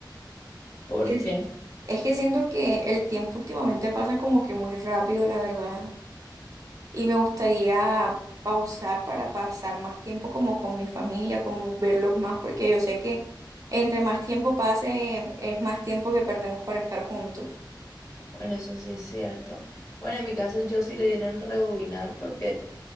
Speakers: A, on the left; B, on the right.
A: ¿Por
B: Que
A: qué?
B: sí. es que siento que el tiempo últimamente pasa como que muy rápido, la verdad. Y me gustaría pausar para pasar más tiempo como con mi familia, como verlos más, porque yo sé que entre más tiempo pase, es más tiempo que perdemos para estar juntos.
A: Bueno, eso sí es cierto. Bueno, en mi caso yo sí le diera en rebobinar porque